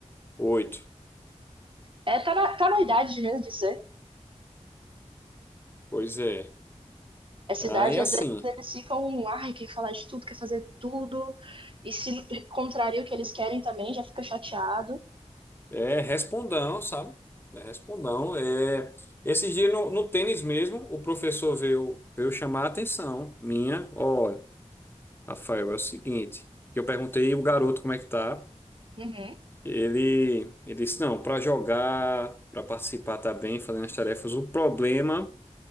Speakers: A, on the left; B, on the right.
A: oito.
B: É, tá na, tá na idade mesmo de ser.
A: Pois é.
B: Essa
A: Aí
B: idade,
A: assim,
B: às vezes, eles ficam, ai, quer falar de tudo, quer fazer tudo. E se contraria o que eles querem também, já fica chateado.
A: é respondão, sabe? É respondão. É... esse dia no, no tênis mesmo, o professor veio, veio chamar a atenção minha. Olha, Rafael, é o seguinte. que Eu perguntei o garoto como é que tá.
B: Uhum.
A: Ele, ele disse, não, para jogar, para participar tá bem, fazendo as tarefas, o problema